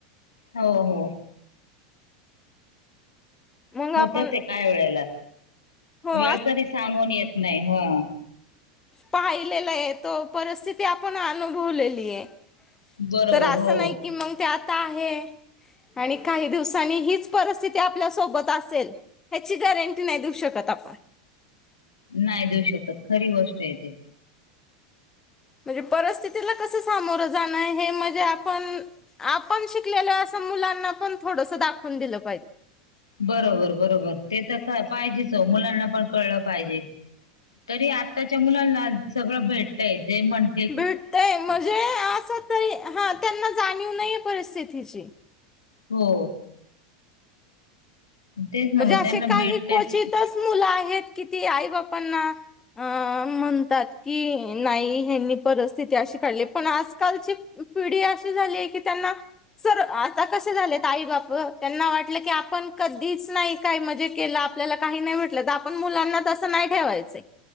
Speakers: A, on the left (about 80°); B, on the left (about 20°).
A: हो हो.
B: मग आपण
A: होत ते काय वेळेला
B: हो
A: वेळ कधी सांगून येत नाही हम्म.
B: पाहिलेला आहे तो परिस्थिती आपण अनुभवलेली आहे.
A: बरोबर
B: तर असं
A: हो
B: नाही की मंग ते आता आहे. आणि काही दिवसांनी हीच परिस्थिती आपल्यासोबत असेल ह्याची गॅरंटी नाही देऊ शकत आपण.
A: नाही देऊ शकत खरी गोष्ट आहेे ते.
B: म्हणजे परिस्थितीला कसं सामोरं जाणं हे म्हणजे आपण आपण शिकलेलं असं मुलांना पण थोडसं दाखवून दिलं पाहिजे.
A: बरोबर बरोबर ते तसं पाहिजेच ओ मुलांना पण कळलं पाहिजे. तरी आत्ताच्या मुलांना सगळं भेटतंय जे म्हण
B: भेटतयं म्हणजे अस ताई हा त्यांना जाणीव नाहीेये परिस्थितीची.
A: हो तेच ना
B: म्हणजे
A: मग
B: असे
A: त्यांना
B: काही
A: भेटतयचं
B: क्वचितच मुलं आहेत किती आई बापांना अ म्हणतात की नाही ह्यांनी परिस्थिती अशी काढलीय पण आजकालची पिढी अशी झालीये की त्यांना सर आता कसे झालेत आई बाप त्यांना वाटलं की आपण कधी च नाही काय म्हणजे केलं आपल्याला काही नाही भेटलं तर आपण मुलांना तसं नाही ठेवायचं आहे.